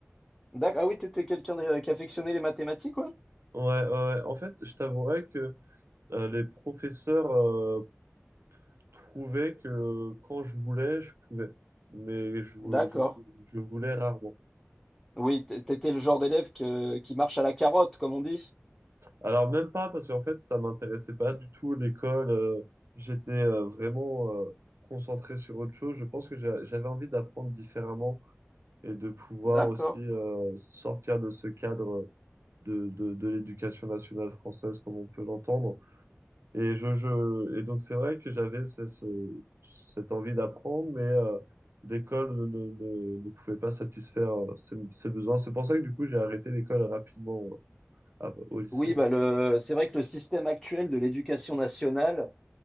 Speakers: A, in the centre; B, on the right.
A: D'ac- Ah oui, t'étais quelqu'un de- qui affectionnait les mathématiques, ouais?
B: Ouais, ouais, ouais. en fait, je t'avouerais que Euh, les professeurs euh, trouvaient que quand je voulais, je pouvais, mais je, vou-
A: D'accord.
B: je, je voulais rarement.
A: Oui, t- t'étais le genre d'élève que- qui marche à la carotte, comme on dit.
B: Alors même pas parce qu'en fait, ça m'intéressait pas du tout l'école. euh, j'étais euh, vraiment euh, concentré sur autre chose. Je pense que j'a- j'avais envie d'apprendre différemment et de pouvoir
A: D'accord.
B: aussi euh, sortir de ce cadre de, de, de l'éducation nationale française comme on peut l'entendre Et, je, je, et donc, c'est vrai que j'avais ce- ce- cette envie d'apprendre, mais euh, l'école ne, ne, ne- ne pouvait pas satisfaire euh, ces, ces besoins. C'est pour ça que, du coup, j'ai arrêté l'école rapidement euh, à- au lycée.
A: Oui, bah le, c'est vrai que le système actuel de l'éducation nationale,